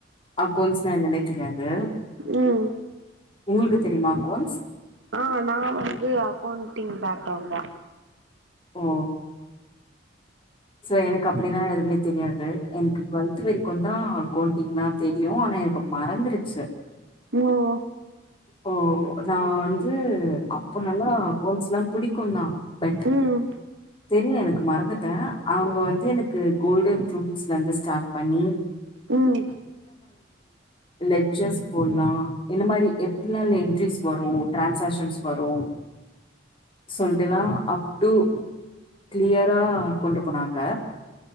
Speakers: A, on the left (about 30°); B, on the right (about 85°).
A: அக்கவுண்ட்ஸ் என்னனே தெரியாது
B: உம்
A: உங்களுக்கு தெரியுமா அக்கோன்ஸ்
B: ஆஹ் நான் வந்து அக்கௌண்டண்டிங் பேக்கிரவுட் தான்
A: ஓ சோ எனக்கு அப்படிலாம் எதுவுமே தெரியாது எனக்கு டுவெல்த் வரைக்கும்ந்தான் அக்கவுண்டிங்ல்லா தெரியும் ஆனா எனக்கு மறந்துருச்சு
B: ம்
A: ஓ நான் வந்து அப்ப நல்லா அக்கொன்சல்லாம் புடிக்கும் தான் பட்
B: ம்
A: தெரியல எனக்கு மறந்துட்டேன் அவங்க வந்து எனக்கு கோல்டன் ருடூல்ஸ்ல இருந்து ஸ்டார்ட் பண்ணி
B: உஹம்
A: லெர்ஸ் போடலாம் இந்த மாதிரி எப்ப என்ட்ரிஸ் வரும் டான்சாகஷன்ஸ் வரும் சொல்லட்டுல்லாம் அப்டூ கிளியரா கொண்டு போனாங்க